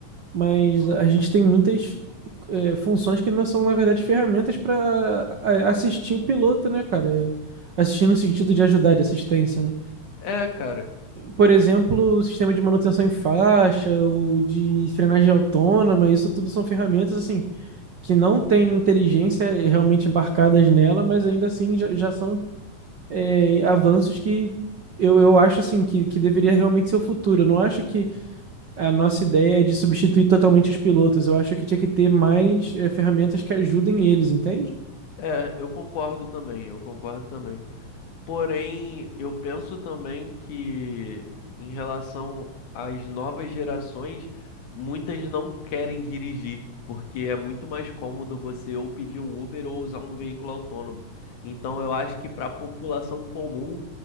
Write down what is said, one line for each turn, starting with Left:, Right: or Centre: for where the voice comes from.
Right: mas a gente tem muitas eh, funções que não são, na verdade, ferramentas para assistir o piloto, né, cara? É, Assistir no sentido de ajudar, de assistência, né?
Left: É, cara.
Right: Por exemplo, o sistema de manutenção em faixa, o de frenagem autônoma, isso tudo são ferramentas, assim, que não têm inteligência realmente embarcadas nela, mas ainda assim já, já são é, avanços que eu, eu acho assim que, que deveria realmente ser o futuro. Eu não acho que a nossa ideia é de substituir totalmente os pilotos. Eu acho que tinha que ter mais é, ferramentas que ajudem eles, entende?
Left: É, eu concordo também, eu concordo também. Porém, eu penso também que em relação às novas gerações, muitas não querem dirigir, porque é muito mais cômodo você ou pedir um Uber ou usar um veículo autônomo. Então, eu acho que para a população comum,